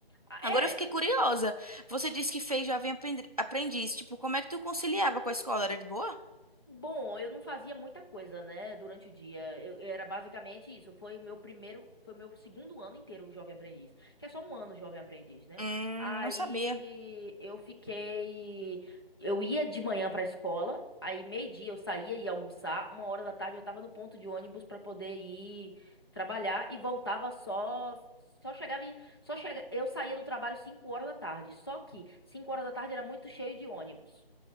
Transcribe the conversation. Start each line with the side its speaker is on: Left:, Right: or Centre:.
Left: Ah,
Right: Agora
Left: É,
Right: eu fiquei curiosa. Você disse que fez jovem aprendi- aprendiz. Tipo, como é que tu conciliava com a escola? Era de boa?
Left: Bom, eu não fazia muita coisa, né, durante o dia. Eu, eu era basicamente isso. Foi o meu primeiro, foi o meu segundo ano inteiro jovem aprendiz, que é só um ano jovem aprendiz, né?
Right: Hum,
Left: Aí
Right: não sabia.
Left: eu fiquei, eu ia de manhã pra escola, aí meio-dia eu saía e ia almoçar, uma hora da tarde eu tava no ponto de ônibus pra poder ir trabalhar e voltava só Só chegava, em- só chega, eu saía do trabalho 5 horas da tarde. Só que 5 horas da tarde era muito cheio de ônibus.